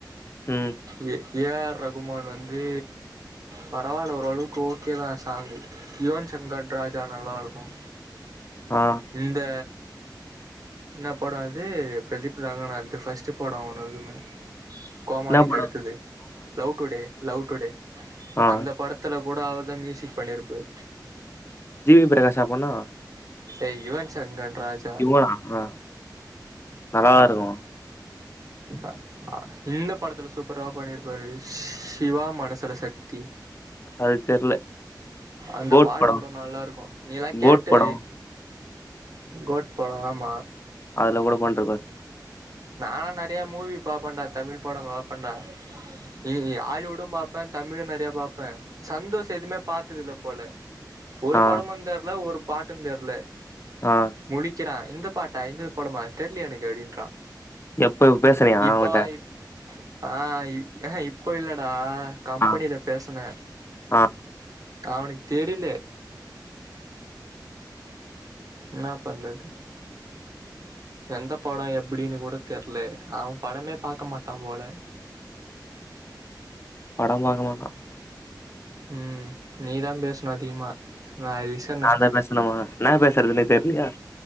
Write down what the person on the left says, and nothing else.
ம்
ஆ
என்ன படோ
ஆ
ஜி வி பிரகாஷா பண்ணா
இவனா ஆ நல்லாதா இருக்கும்
அது தெர்ல
கோட்
படோ
கோட் படோ
அதுல கூட பண்ருப்பாரு
ஆ
ஆ
எப்போ இப்போ பேசுறியா
அவன்ட்ட
ஆ
ஆ
படம் பாக்க மாட்டா
நான் தான் பேசணுமா என்ன பேசுறதுனே தெர்லயே